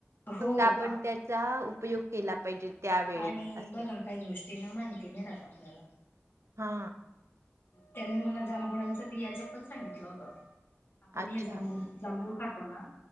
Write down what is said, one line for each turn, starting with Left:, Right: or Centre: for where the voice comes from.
Left: हो
Right: फक्त आपण त्याचा ऊपयोग उपयोग केला पाहिजे. त्या वेळेत
Left: आणि
Right: असे
Left: बघा काही गोष्टी तिन माहिती रात आपल्याला
Right: हा
Left: त्यांनी मला जांभुळांच बियाच पण सांगितलं होत. आपण
Right: अच्छा
Left: हे जांभूळ जांभूळ खात तो ना.